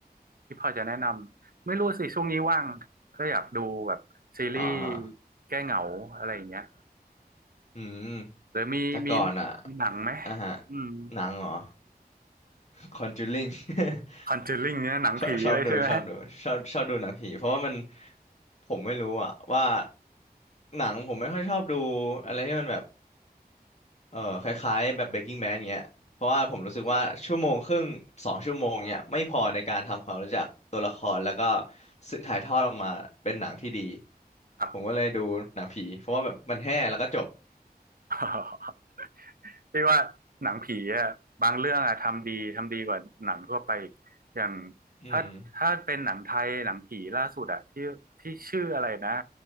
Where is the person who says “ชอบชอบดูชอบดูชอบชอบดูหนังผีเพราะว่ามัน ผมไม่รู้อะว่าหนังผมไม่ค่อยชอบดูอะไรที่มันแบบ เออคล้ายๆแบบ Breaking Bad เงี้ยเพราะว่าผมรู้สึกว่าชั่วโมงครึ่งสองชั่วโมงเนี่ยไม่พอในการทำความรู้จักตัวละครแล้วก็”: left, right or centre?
Left